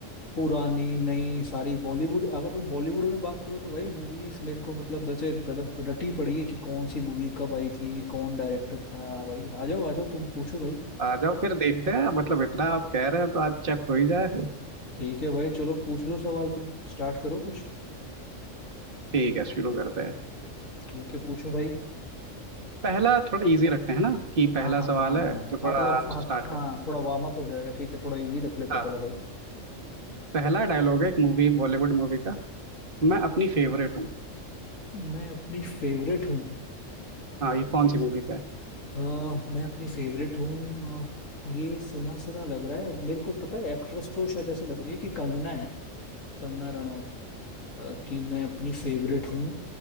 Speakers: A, on the left; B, on the right.
A: पुरानी नई सारी बॉलीवुड अगर तुम बॉलीवुड में बात करो तो भाई मूवीज मेरे को मतलब वैसे मतलब रटी पड़ी है कि कौन सी मूवी कब आई थी कौन डायरेक्टर था भाई आ जाओ आ जाओ तुम पूछो भाई
B: आ जाओ फिर देखते हैं मतलब इतना आप कह रहे हो तो आज चेक हो ही जाए
A: ठीक है भाई चलो पूछ लो सवाल तुम स्टार्ट करो कुछ
B: ठीक है शुरू करते हैं
A: ठीक है पूछो भाई
B: पहला थोड़ा इजी रखते हैं ना कि पहला
A: हाँ हाँ हाँ
B: सवाल
A: हाँ
B: है
A: हाँ
B: तो
A: हाँ,
B: थोड़ा
A: थोड़ा
B: आराम से
A: हाँ
B: स्टार्ट करते
A: हाँ थोड़ा वार्म अप हो जाएगा ठीक है थोड़ा इजी रख लेते
B: हैं
A: हैं
B: हाँ
A: पहला
B: हाँ
A: भाई
B: पहला डायलॉग है एक मूवी बॉलीवुड मूवी का मैं अपनी फेवरेट हूँ
A: मैं अपनी फेवरेट हूँ
B: हाँ ये कौन सी मूवी का है
A: अ, मैं अपनी फेवरेट हूँ अ, ये सुना सुना लग रहा है मेरे को पता है एक्ट्रेस तो शायद ऐसे लग रही है कि कंगना है कंगना रनौत अ, कि मैं अपनी फेवरेट हूँ